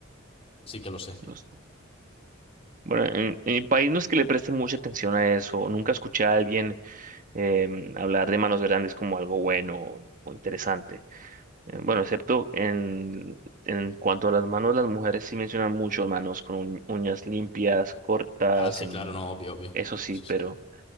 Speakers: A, on the left; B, on the right.
A: sí que lo sé.
B: los- Bueno, en, en mi país no es que le presten mucha atención a eso, nunca escuché a alguien em, hablar de manos grandes como algo bueno o o interesante. Eh, Bueno, excepto en, en cuanto a las manos, las mujeres sí mencionan mucho manos con uñ- uñas limpias, cortas,
A: Ah, sí,
B: em,
A: claro, no, obvio, obvio.
B: eso sí,
A: Sí,
B: pero
A: sí.